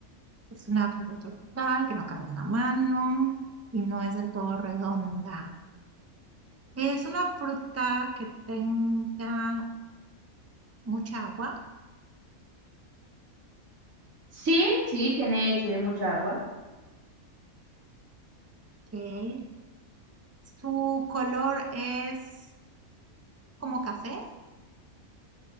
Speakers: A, on the right; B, on the right.
A: Es una fruta tropical que no cabe en una mano y no es del todo redonda. Es una fruta que tenga mucha agua,
B: Sí, sí, tiene, tiene mucha agua.
A: que su color es como café,